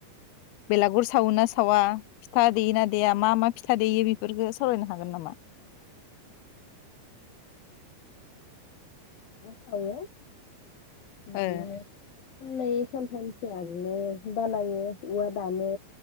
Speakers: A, on the left (about 80°); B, on the left (about 50°).
A: बेलागुर सावोना सावा फिथा देयोना देया मा मा फिथा देयो बेफोरखौ सावरायनो हागोन नामा
B: सावो बिदि
A: ओ
B: नो। साननै सानथामसो आनो बानायो औवा दानो।